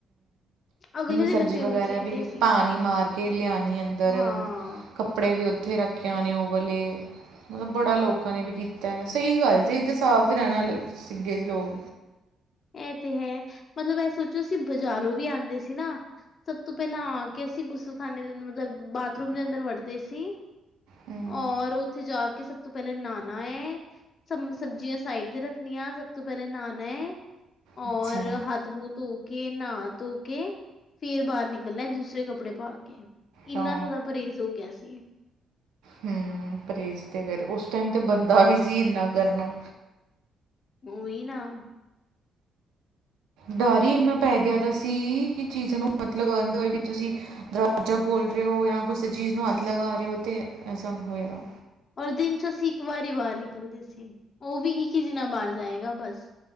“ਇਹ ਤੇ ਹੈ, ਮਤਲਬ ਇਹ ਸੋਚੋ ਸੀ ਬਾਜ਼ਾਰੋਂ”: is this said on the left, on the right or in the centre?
Left